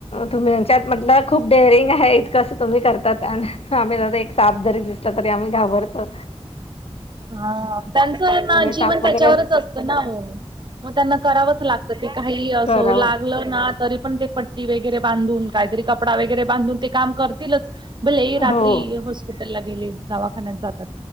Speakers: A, on the left; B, on the right.
A: तुम्हीच्यात म्हटलं खूप डेअरिंग आहे. इतकं असं तुम्ही करतात. आणि आम्ही एक साप जरी दिसला तरी आम्ही घाबरत त.
B: हा. त्यांचं ना जीवन
A: साप
B: त्याच्यावरच
A: वगैरे
B: असतं ना ओ. मग त्यांना करावंच लागत ते. काही असो,
A: करावं.
B: लागलं ना, तरी पण ते पट्टी वगैरे बांधून, काहीतरी कपडा वगैरे बांधून, ते काम करतीलच. भले रात्री
A: हो.
B: हॉस्पिटलला गेले. दवाखान्यात जातात.